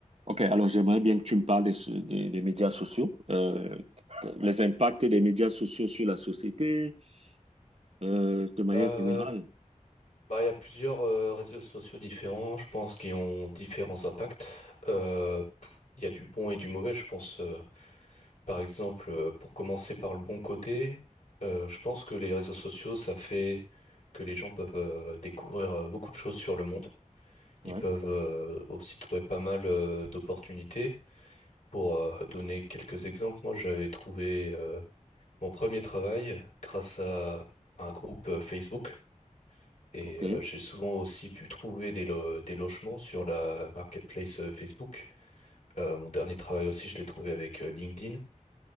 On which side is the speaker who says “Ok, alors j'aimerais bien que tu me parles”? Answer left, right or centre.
Right